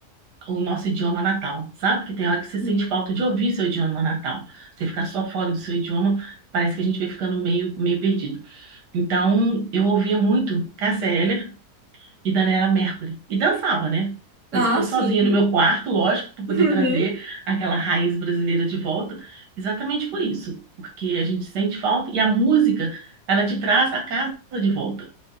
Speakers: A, on the right; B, on the right.
A: o nosso idioma natal, sabe? Que tem hora que você
B: Sim.
A: sente falta de ouvir seu idioma natal. Você ficar só fora do seu idioma, parece que a gente vai ficando meio, meio perdido. Então, eu ouvia muito Cássia Eller e Daniela Mercury. E dançava, né?
B: Ah,
A: Mesmo que fosse
B: sim.
A: sozinha no meu quarto, lógico, para poder
B: Uhum.
A: trazer aquela raiz brasileira de volta. Exatamente por isso. Porque a gente sente falta e a música, ela te traz a casa de volta,